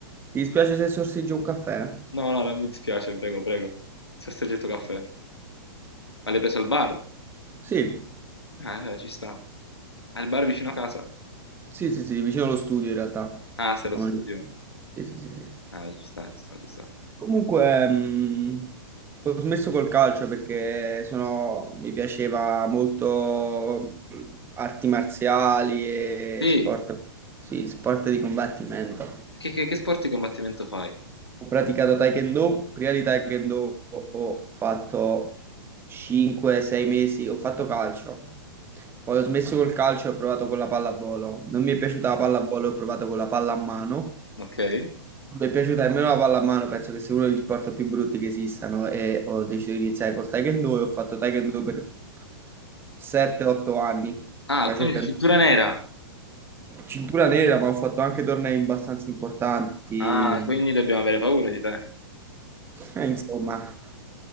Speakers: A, on the right (about 15°); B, on the left (about 85°).
A: dispiace se sorseggio un caffè?
B: No, no, non mi dispiace, prego, prego. Sesto getto caffè. Ma l'hai preso al bar?
A: Sì,
B: Ah, eh, ci sta. Al bar vicino a casa?
A: sì, sì, sì, vicino allo studio in realtà.
B: Ah,
A: Sono-
B: sei allo studio?
A: Sì, sì, sì, sì.
B: Ah, ci sta, ci sta, ci sta.
A: Comunque, mh, ho smesso col calcio perché sono- mi piaceva molto mm, arti marziali e
B: Sì,
A: sport, sì, sport di combattimento.
B: che, che- che sport di combattimento fai?
A: Ho praticato Taekwondo, prima di Taekwondo ho fatto 5-6 mesi, ho fatto calcio. Poi ho smesso col calcio e ho provato con la pallavolo. Non mi è piaciuta la pallavolo, ho provato con la palla a mano.
B: Ok.
A: Non mi è piaciuta nemmeno la palla a mano, penso che sia uno degli sport più brutti che esistano e ho deciso di iniziare col Taekwondo e ho fatto Taekwondo per 7-8 anni,
B: Ah,
A: facendo
B: quindi sei cintura nera.
A: cintura nera, ma ho fatto anche tornei abbastanza importanti.
B: Ah, quindi dobbiamo avere paura di te.
A: Eh, Insomma,